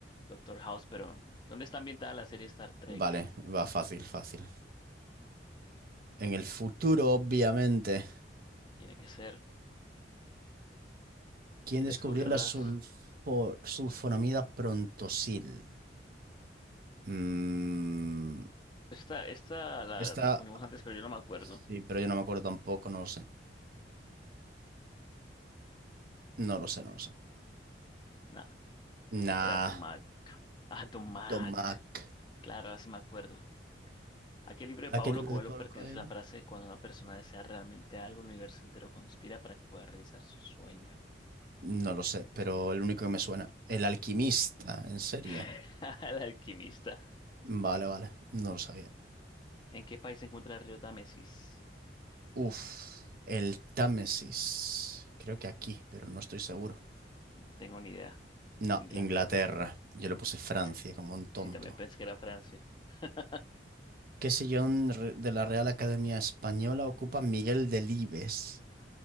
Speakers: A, on the left; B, on the right.
A: Doctor House, pero ¿dónde está ambientada la serie Star Trek?
B: Vale, va fácil, fácil. En el futuro, obviamente.
A: Tiene que ser.
B: ¿Quién
A: ¿Quién
B: descubrió
A: descubrió
B: la
A: las?
B: sulfo- sulfonamida prontosil? Mm,
A: Esta, esta la
B: Está.
A: respondimos antes, pero yo no me acuerdo.
B: Sí, pero yo no me acuerdo tampoco, no lo sé. No lo sé, no lo sé.
A: No,
B: Nah,
A: era Dumac. Ah, Dumac.
B: Don Mac.
A: Claro, así me acuerdo. ¿A qué libro de
B: ¿A
A: Paulo
B: qué libro
A: Coelho
B: de Pablo
A: pertenece
B: Coelho?
A: la frase cuando una persona desea realmente algo, el universo entero conspira para que pueda realizar su sueño?
B: No lo sé, pero el único que me suena. El alquimista, ¿en serio?
A: <laughs> El alquimista.
B: Vale, vale, no lo sabía.
A: ¿En qué país se encuentra el río Támesis?
B: Uf, el Támesis. Creo que aquí, pero no estoy seguro.
A: Tengo ni idea.
B: No,
A: Inglaterra.
B: Inglaterra. Yo le puse Francia
A: Sí,
B: como un tonto.
A: sí, también pensé que era Francia. <laughs>
B: ¿Qué sillón re- de la Real Academia Española ocupa Miguel Delibes?